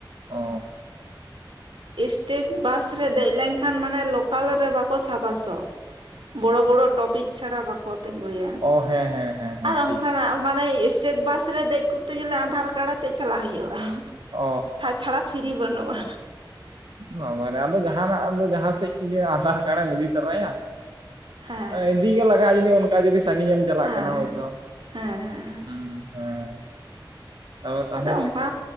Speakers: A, on the right; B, on the right.
A: ᱚᱻ
B: ᱥᱴᱮᱴ ᱵᱟᱥ ᱨᱮ ᱫᱮᱡ ᱞᱮᱱᱠᱷᱟᱱ ᱢᱟᱱᱮ ᱞᱚᱠᱟᱞ ᱨᱮ ᱵᱟᱠᱚ ᱥᱟᱵᱟᱥᱚ ᱵᱚᱲᱚ ᱵᱚᱲᱚ ᱴᱚᱯᱤᱠ ᱪᱷᱟᱲᱟ ᱵᱟᱠᱚ ᱠᱚ ᱛᱮᱸᱜᱳᱭᱟ
A: ᱚ ᱦᱮᱸ ᱦᱮᱸ ᱦᱮᱸ ᱦᱮᱸ
B: ᱟᱨ
A: ᱴᱷᱤᱠ
B: ᱚᱱᱠᱟᱱᱟᱜ ᱢᱟᱱᱮ ᱥᱴᱮᱴ ᱵᱟᱥ ᱨᱮ ᱫᱮᱡ ᱠᱚᱛᱛᱮ ᱜᱮᱞᱮ ᱟᱸᱫᱷᱟᱨ ᱠᱟᱲ ᱟᱛᱮᱜ ᱪᱟᱞᱟᱜ ᱦᱩᱭᱩᱜᱼᱟ
A: ᱚ
B: ᱛᱟᱪᱷᱟᱲᱟ ᱯᱷᱤᱨᱤ ᱵᱟᱹᱱᱩᱜᱼᱟ
A: <inaudible> ᱟᱫᱚ ᱡᱟᱦᱟᱱᱟᱜ ᱡᱟᱦᱟᱸ ᱥᱮᱫ ᱠᱤᱟᱨ ᱟᱸᱫᱷᱟᱨ ᱠᱟᱨᱰ ᱮᱢ ᱤᱫᱤ ᱛᱚᱨᱟᱭᱟ
B: ᱦᱮᱸ
A: ᱤᱫᱤ ᱜᱮ ᱞᱟᱜᱟᱜ-ᱟ ᱡᱩᱫᱤ ᱚᱱᱠᱟ ᱡᱩᱫᱤ ᱥᱟᱸᱜᱤᱧ ᱮᱢ ᱪᱟᱞᱟᱜ
B: ᱦᱮᱸ
A: ᱠᱟᱱᱟ
B: ᱦᱮᱸ
A: ᱦᱳᱭᱛᱳ
B: ᱦᱮᱸ ᱦᱮᱸ ᱦᱮᱸ
A: ᱦᱩᱸ ᱦᱮᱸ ᱛᱚᱵᱮ ᱛᱟᱦᱚᱞᱮ
B: ᱟᱫᱚ ᱚᱱᱠᱟ